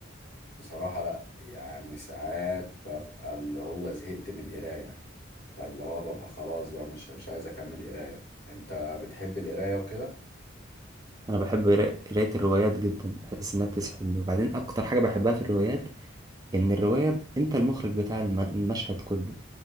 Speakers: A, on the left; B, on the right.
A: بصراحة لا يعني ساعات ببقى اللي هو زهقت من القراية فاللي هو ببقى خلاص بقى مش مش عايز اكمل قراية انت بتحب القراية وكده
B: انا بحب قرا- قرايه الروايات جدا بحس انها بتسحلني وبعدين اكتر حاجه بحبها في الروايات ان الروايه انت المخرج بتاع الم- المشهد كله